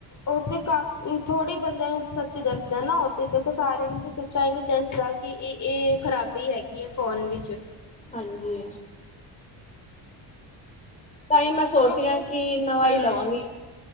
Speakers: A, on the left; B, on the left.
A: ਉਹਤੇ ਕਾਫੀ ਥੋੜੇ ਬੰਦਿਆਂ ਨੂੰ ਸੱਚ ਦੱਸਦਾ ਨਾ ਓਹਤੇ ਦੇਖੋ ਸਾਰਿਆਂ ਨੂੰ ਤੇ ਸੱਚਾਈ ਨੀ ਦੱਸਦਾ। ਕਿ ਇ-ਇ-ਇਹ ਖਰਾਬੀ ਹੈਗੀ ਹੈ ਫੋਨ ਵਿੱਚ।
B: ਹਾਂਜੀ। ਤਾਈ ਮੈਂ ਸੋਚ
A: ਚੋ
B: ਰਹੀ ਕਿ ਨਵਾ
A: ਹਮ
B: ਈ ਲਵਾਂਗੀ।